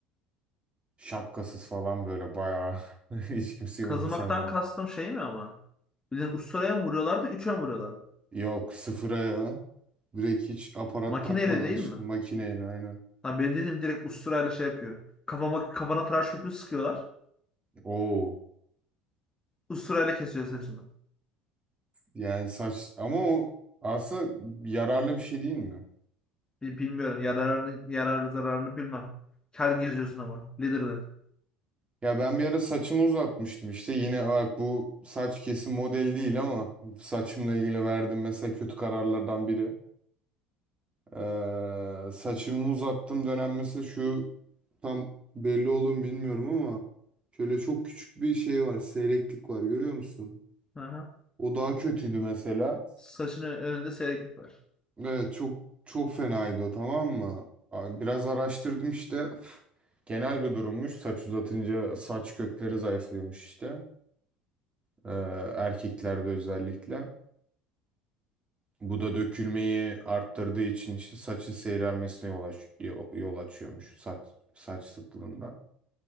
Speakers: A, on the right (about 25°); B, on the left (about 15°).
A: Şapkasız falan böyle bayağı <laughs> hiç kimseyi
B: Kazımaktan
A: umursamayan.
B: kastım şey mi ama? Bildiğin usturaya mı vuruyorlardı, üçe mi vuruyorlardı?
A: Yok sıfıra ya. Direkt hiç aparat
B: Makineyle
A: takmadan
B: değil
A: işte
B: mi?
A: makineyle aynen.
B: Ha, benim dediğim direkt usturayla şey yapıyor. Kafama, kafana tıraş köpüğü sıkıyorlar.
A: Oo.
B: Usturayla kesiyor saçını.
A: Yani saç ama o aslında yararlı bir şey değil mi?
B: Bi- Bilmiyorum. Yararını, yararlı zararını bilmem. Kel geziyorsun ama. Lider'de.
A: Ya ben bir ara saçımı uzatmıştım işte yine bak bu saç kesim model değil ama saçımla ilgili verdiğim mesela kötü kararlardan biri. Ee, saçımı uzattım dönem mesela şu tam belli olur mu bilmiyorum ama şöyle çok küçük bir şey var. Seyreklik var görüyor musun?
B: Aha.
A: O daha kötüydü mesela.
B: Saçının önünde seyreklik var.
A: Evet çok çok fenaydı o tamam mı? A- Biraz araştırdım işte. <laughs> Genel bir durummuş. Saç uzatınca saç kökleri zayıflıyormuş işte. Ee, erkeklerde özellikle. Bu da dökülmeyi arttırdığı için işte saçın seyrelmesine yol, aç yol yol açıyormuş saç saç sıklığında.